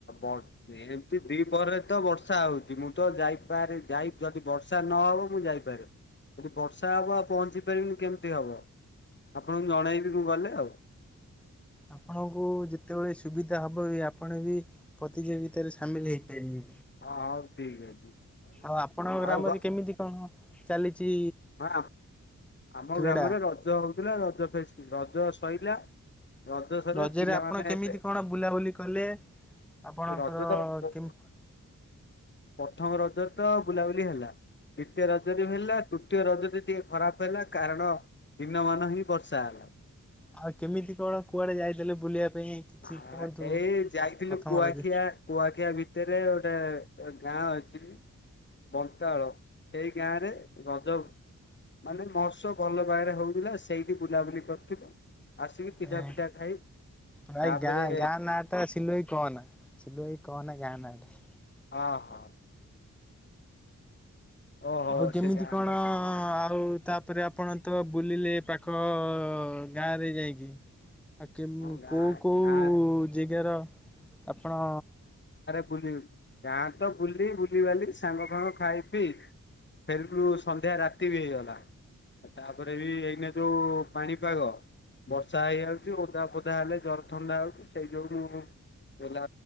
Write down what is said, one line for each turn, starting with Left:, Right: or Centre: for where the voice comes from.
Left: <unintelligible> ଏମିତି ଦି ପହରରେ ତ ବର୍ଷା ହେଉଛି ମୁଁ ତ ଯାଇପାରେ ଯାଇ ଯଦି ବର୍ଷା ନହେବ ମୁଁ ଯାଇପାରେ। ଏଠି ବର୍ଷା ହବ ଆଉ ପହଞ୍ଚି ପାରିବିନି କେମିତି ହବ ଆପଣଙ୍କୁ ଜଣେଇବି ମୁଁ ଗଲେ ଆଉ।
Centre: ଆପଣଙ୍କୁ ଯେତେବେଳେ ସୁବିଧା ହେବ ବି ଆପଣ ବି ପ୍ରତିଯୋଗିତାରେ ସାମିଲ୍ ହେଇପାରିବେ।
Left: ହଁ ହଉ ଠିକ ଅଛି
Centre: ଆଉ ଆପଣଙ୍କ ଗ୍ରାମରେ
Left: ଆଉ ଗ
Centre: କେମିତି କଣ ଚାଲିଛି
Left: ହଁ, ଆ--ଆମ
Centre: କ୍ରୀଡ଼ା?
Left: ଗ୍ରାମରେ ରଜ ହଉଥିଲା ରଜ ଫେଷ୍ଟି ରଜ ସଇଲା ରଜ ସରିଲା
Centre: ରଜରେ
Left: ପିଲାମାନେ
Centre: ଆପଣ କେମିତି
Left: ଏବେ
Centre: କଣ ବୁଲାବୁଲି କଲେ ଆପଣଙ୍କର
Left: ରଜ ତ
Centre: କେମି
Left: ପ୍ରଥମ ରଜରେ ତ ବୁଲାବୁଲି ହେଲା, ଦ୍ୱିତୀୟ ରଜରେ ବି ହେଲା। ତୃତୀୟ ରଜଟି ଟିକେ ଖରାପ ହେଲା କାରଣ ଦିନମାନ ହିଁ ବର୍ଷା ହେଲା।
Centre: ଆଉ କେମିତି କଣ କୁଆଡେ ଯାଇଥିଲେ ବୁଲିବା ପାଇଁ? କିଛି
Left: ହଁ
Centre: କୁହନ୍ତୁ?
Left: ଏଇ ଯାଇଥିଲୁ
Centre: ପ୍ରଥମ
Left: କୁଆଖିଆ
Centre: ରଜ
Left: କୁଆଖିଆ ଭିତରେ ଗୋଟେ ଗାଁ ଅଛି, ବନ୍ତାଳ ସେଇ ଗାଁ ରେ ରଜ ମାନେ ମହୋତ୍ସବ ଭଲ ଭାବରେ ହେଉଥିଲା ସେଇଠି ବୁଲାବୁଲି କରିଥିଲୁ, ଆସିକି ପିଠାଫିଠା
Centre: ଏଁ
Left: ଖାଇ
Centre: ଭାଇ
Left: ତାପରେ
Centre: ଗାଁ, ଗାଁ ନାଁ ଟା ସିଲୁଭାଇ କହନା ସିଲୁଭାଇ କହ ନା ଗାଁ ନାଁ ଟା।
Left: ହଁ, ହଁ। ଓହୋ
Centre: ଆଉ କେମିତି
Left: ସେ ଗାଁ
Centre: କଣ
Left: ଟା ସବୁ
Centre: ଆଉ ତା ଆପଣ ତ ବୁଲିଲେ ପାଖ ଗାଁରେ ଯାଇକି। ଆ କେମି
Left: ହଁ ଗାଁ
Centre: କୋଉ କୋଉ
Left: ଗାଁ
Centre: ଜେଗାର ଆପଣ
Left: ବୁଲିବାକୁ ଗାଁ ତ ବୁଲି ବୁଲିିବାଲି ସାଙ୍ଗ ଫାଙ୍ଗ ଖାଇପିଇ ଫେରିଲୁ ସନ୍ଧ୍ୟା ରାତି ବି ହେଇଗଲା। ତାପରେ ବି ଏଇନା ଯୋଉ ପାଣିପାଗ ବର୍ଷା ହେଇଯାଉଛି ଓଦା ଫୋଦା ହେଲେ ଜର ଥଣ୍ଡା ହଉଛି ସେଇ ଯୋଗୁ ମୁଁ ଗଲା